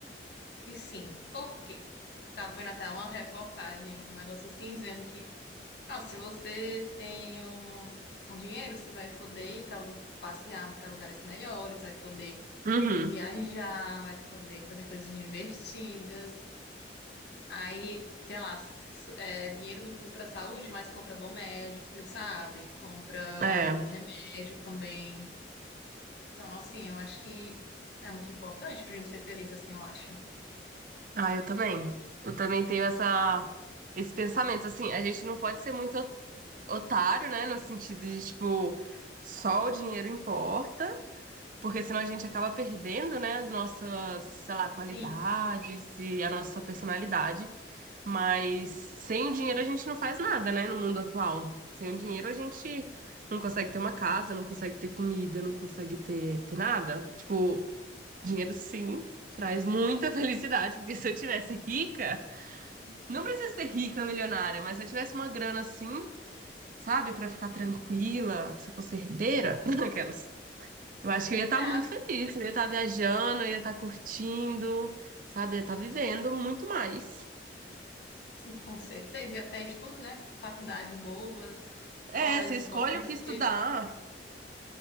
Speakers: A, on the left (about 70°); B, on the right (about 50°).
A: e sim, por quê? Tava vendo até uma reportagem, um negócio assim, dizendo que, ah, se você tem um, um dinheiro, você vai poder ir pra, passear para lugares melhores, vai poder
B: uhum,
A: viajar, vai poder fazer coisas divertidas. Aí, tem lá, s- é, dinheiro não compra saúde, mas compra bom médico, sabe? Compra
B: é.
A: remédios também. Então, assim, eu acho que é muito importante pra gente ser feliz, assim, eu acho.
B: Ah, eu também. Eu também tenho essa, esse pensamento, assim, a gente não pode ser muito ot- otário, né? No sentido de, tipo, só o dinheiro importa, porque senão a gente acaba perdendo, né, as nossas, sei lá, qualidades
A: Sim,
B: e a nossa personalidade. Mas sem o dinheiro a gente não faz nada, né, no mundo atual. Sem o dinheiro a gente não consegue ter uma casa, não consegue ter comida, não consegue ter, ter nada. Tipo, dinheiro sim traz muita <laughs> felicidade, porque se eu tivesse rica, não precisa ser rica, milionária, mas se eu tivesse uma grana assim, sabe, pra ficar tranquila, se eu fosse herdeira, <laughs> aquelas. Eu acho que eu ia estar
A: é,
B: muito feliz, eu ia estar viajando, eu ia estar curtindo, sabe, eu ia estar vivendo muito mais.
A: sim, com certeza. E até estudo, né? Faculdades boas,
B: É,
A: colégios
B: é, você escolhe
A: bons,
B: o que
A: porque,
B: estudar,